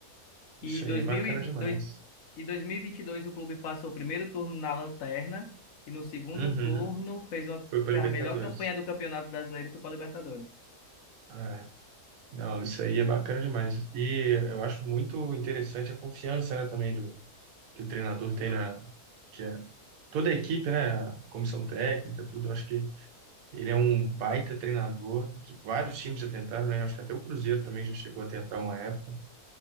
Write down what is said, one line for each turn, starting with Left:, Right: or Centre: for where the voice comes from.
Right: Isso
Left: E dois
Right: aí é bacana
Left: mil e
Right: demais.
Left: dois- e dois mil e e vinte e dois o clube passou o primeiro turno na lanterna e no segundo
Right: Uhum.
Left: turno fez, uma,
Right: Foi para
Left: fez
Right: Libertadores.
Left: a melhor campanha do Campeonato Brasileiro e foi para Libertadores.
Right: É. Não, isso aí é bacana demais. E eu acho muito interessante a confiança, né, também do, que o treinador tem na, que é toda a equipe, né, a comissão técnica, tudo. Eu acho que Ele é um baita treinador. Vários times já tentaram, né? Acho que até o Cruzeiro também já chegou a tentar uma época,